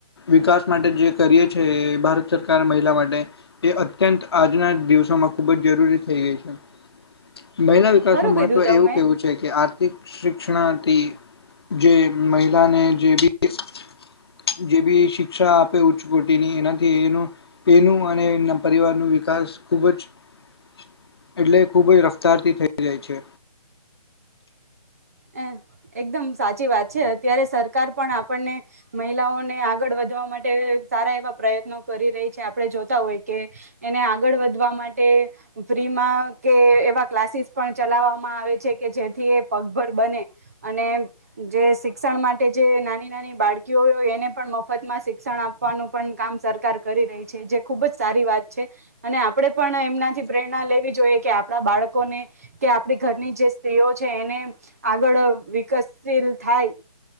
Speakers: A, on the left (about 40°); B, on the right (about 25°).
A: વિકાસ માટે જે કરીએ છે એ ભારત સરકાર મહિલા માટે એ અત્યંત આજના દિવસોમાં ખૂબ જ જરૂરી થઈ ગઈ છે. મહિલા વિકાસનું
B: ખરું
A: મહત્વ
B: કીધું
A: એવું
B: તમે
A: કેવું છે કે આ શિક શિક્ષણા થી જે મહિલાને જે બી જે બી શિક્ષા આપે એવું <unintelligible> એનાથી એનું તેનું અને તેના પરિવાર નું વિકાસ ખૂબ જ એટલે ખૂબ જ રફતારથી થઈ જાય છે.
B: હ એકદમ સાચી વાત છે, અત્યારે સરકાર પણ આપણને મહિલાઓને આગળ વધવા માટે સારા એવા પ્રયત્નો કરી રહી છે. આપણે જોતા હોય કે એને આગળ વધવા માટે ફ્રીમાં કે એવા ક્લાસીસ પણ ચલાવવામાં આવે છે, કે જેથી એ પગ ભર બને અને જે શિક્ષણ માટે જે નાની-નાની બાળકીઓ હોય એને પણ મફતમાં શિક્ષણ આપવાનું પણ કામ સરકાર કરી રહી છે, જે ખૂબ જ સારી વાત છે. અને આપણે પણ એમનાથી પ્રેરણા લેવી જોઈએ, કે આપણા બાળકોને કે આપણી ઘરની જે સ્ત્રીઓ છે એને આગળ વિકસશીલ થાય,